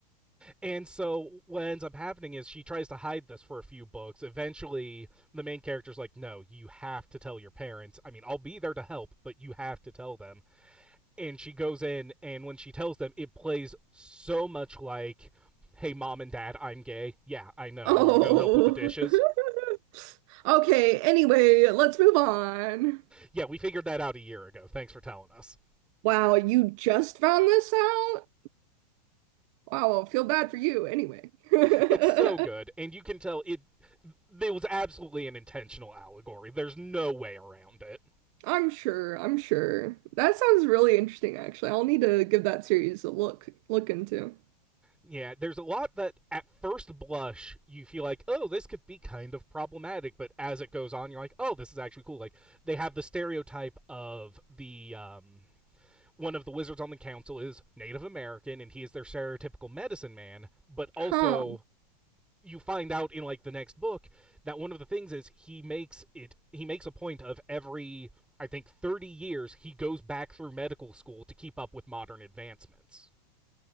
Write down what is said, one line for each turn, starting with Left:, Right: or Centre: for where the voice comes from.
Centre: And so what ends up happening is she tries to hide this for a few books. Eventually, the main character's like, "No, you have to tell your parents. I mean, I'll be there to help, but you have to tell them." and she goes in and when she tells them it plays so much like hey mom and dad i'm gay yeah i know
Right: Oh.
Centre: you want to go help with the dishes
Right: <laughs> Okay, anyway, let's move on.
Centre: yeah we figured that out a year ago thanks for telling us
Right: Wow, you just found this out? Wow, I feel bad for you anyway. <laughs>
Centre: it's so good and you can tell it it was absolutely an intentional allegory there's no way around it
Right: I'm sure, I'm sure. That sounds really interesting, actually. I'll need to give that series a look look into.
Centre: yeah there's a lot that at first blush you feel like oh this could be kind of problematic but as it goes on you're like oh this is actually cool like they have the stereotype of the um one of the wizards on the council is Native American and he is their stereotypical medicine man, but also
Right: Huh.
Centre: you find out in like the next book that one of the things is he makes it he makes a point of every I think 30 years he goes back through medical school to keep up with modern advancements.